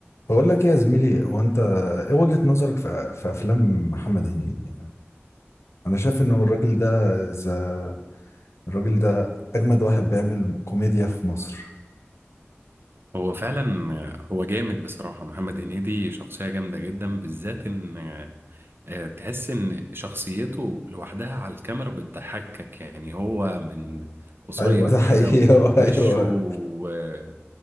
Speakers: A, on the left (about 85°); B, on the right (about 55°).
A: بقول لك ايه يا زميلي هو انت ايه وجهة نظرك في في افلام محمد هنيدي يعني انا شايف انه الراجل ده ذا الراجل ده اجمد واحد بيعمل كوميديا في مصر
B: هو فعلا هو جامد بصراحة محمد هنيدي شخصية جامدة جدا بالذات ان آه، تحس ان شخصيته لوحدها على الكاميرا بتضحكك يعني هو من قصير
A: ايوه ده
B: كده
A: حقيقي
B: ووشه
A: <laughs> هو- ايوه
B: و-